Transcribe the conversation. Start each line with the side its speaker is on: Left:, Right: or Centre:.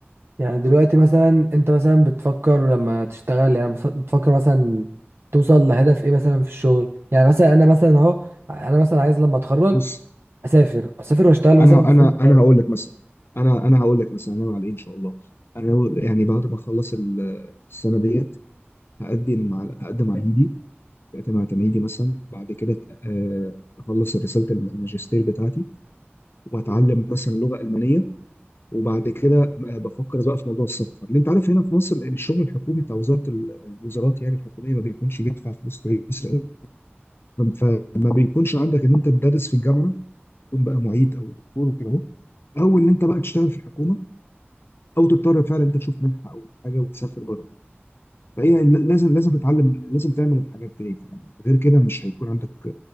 Right: يعني دلوقتي مثلا انت مثلا بتفكر لما تشتغل يعني بتف- بتفكر مثلا توصل لهدف ايه مثلا في الشغل يعني مثلا انا مثلا اهو انا مثلا عايز لما اتخرج
Left: بص
Right: اسافر اسافر واشتغل مثلا
Left: انا
Right: في
Left: انا
Right: فندق
Left: انا
Right: بره
Left: هقول لك مثلا انا انا هقول لك مثلا انا على ايه ان شاء الله انا ناوي- يعني بعد ما اخلص ال- السنه ديت هقدم على هقدم على تمهيدي هقدم على تمهيدي مثلا بعد كده آه، اخلص رساله الم- الماجستير بتاعتي واتعلم مثلا لغه المانيه وبعد كده آه، بفكر بقى في موضوع السفر اللي انت عارف هنا في مصر الشغل الحكومي بتاع وزاره ال- الوزارات يعني الحكوميه ما بيكونش بيدفع فلوس كويسه فما بيكونش عندك ان انت تدرس في الجامعه تكون بقى معيد او دكتور وكده اهو او ان انت بقى تشتغل في الحكومه او تضطر فعلا انت تشوف منحه او حاجه وتسافر بره فهي ل- لازم لازم تتعلم لازم تعمل الحاجات دي يعني غير كده مش هيكون عندك